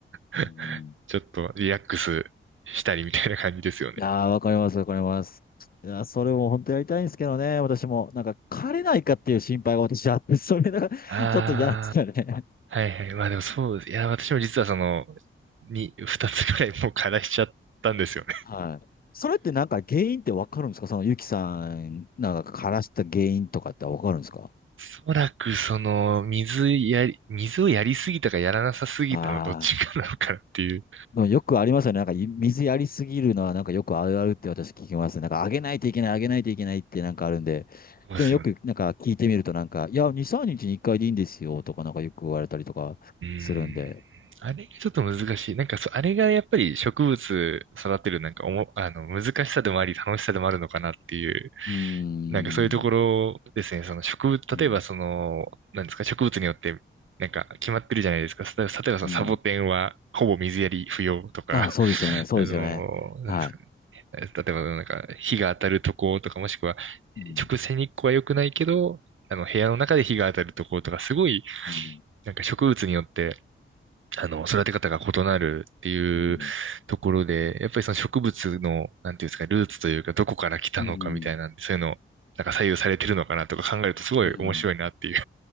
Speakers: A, on the right; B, on the left.
A: <laughs>
B: うん
A: ちょっとリラックスしたりみたいな感じですよね。
B: ああ、わかります、わかります。いや、それも本当やりたいんですけどね、私も。なんか、枯れないかっていう心配が私あって、<laughs> それがちょっと嫌なんですよね。
A: ああ。はいはい。まあでもそうです。いや、私も実はその、に、二つぐらいもう課題しちゃったんですよね。
B: はい。それってなんか原因ってわかるんですかそのゆきさん、なんか枯らした原因とかってわかるんですか
A: おそらくその、水やり、水をやりすぎたかやらなさすぎたのどっちかなのかなっていう。
B: ああでもよくありますよね。なんかい水やりすぎるのはなんかよくあるあるって私聞きますね。なんかあげないといけない、あげないといけないってなんかあるんで。
A: そうですよね。
B: でもよくなんか聞いてみるとなんか、いや、2、3日に1回でいいんですよとかなんかよく言われたりとかするんで。
A: うーん。あれがちょっと難しい。なんかそう、あれがやっぱり植物育てるなんかおも、あの、難しさでもあり、楽しさでもあるのかなっていう
B: うー
A: なんかそういうところですね、
B: ん。
A: その植物、
B: うん。
A: 例えばその、なんですか、植物によって、なんか決まってるじゃないですか。例えば、例えばそのサボテンはほぼ水やり不要とか、
B: うん。ああ、そうですよね。
A: <laughs>
B: そうですよね。
A: あのー、なんですかね。
B: はい。
A: 例えばなんか日が当たるとことか、もしくは
B: うん。
A: 直射日光は良くないけど、あの部屋の中で日が当たるとことか、すごい
B: うん。
A: なんか植物によってあの、育て方が異なるっていうところで、
B: うん。
A: やっぱりその植物の、なんていうんですか、ルーツというか、どこから来たのかみたいなんで、
B: うん。
A: そういうの、なんか左右されてるのかなとか考えるとすごい面白いなっていう
B: うん